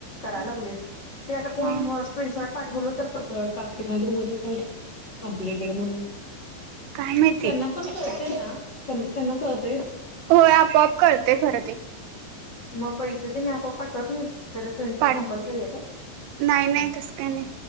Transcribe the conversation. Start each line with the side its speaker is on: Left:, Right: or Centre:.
Left: आता
Right: हा
Left: कोण स्क्रीनशॉट पाठवलं तर तास का कंप्लिट केला म्हणून
Right: काय माहिती
Left: त्यांना पण कळतं ना त्यांना कळत
Right: हो आपोआप कळते खरं ते.
Left: मग पैसे ते नी आपोआप पाठवत नाहीत. त्याला स्क्रीनशॉट
Right: पाठवत
Left: कंपल्सरी आहे काय
Right: नाही-नाही तस काय नाही.